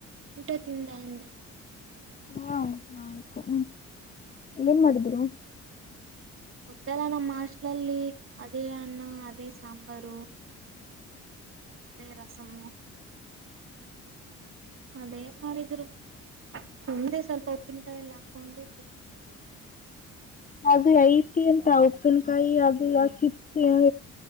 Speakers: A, on the right; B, on the left.
A: ಉಟಾ ತಿಂಧ ಅಂದೇ.
B: ಹಾ ಹು ಯೆನ್ ಮಾಡಿದ್ರೂ
A: ಗೊತ್ತು ಅಲ್ವಾ ನಮ್ ಹಾಸ್ಟೆಲ್ ಗೆ ಹೋಗಿ ಅದೇ ಅಣ್ಣ ಅದೇ ಸಾರು ಅಣ್ಣ ರಸಂ ಅದೇ ಮಾಡಿದ್ರೂ ತಿಂದೆ ಸೊಲ್ಪ ಉಪಿಂಕೇ ಆಕೊಂಡು
B: ಅದು <inaudible> ಗಿಂತ ಉಪಿಂಕೇ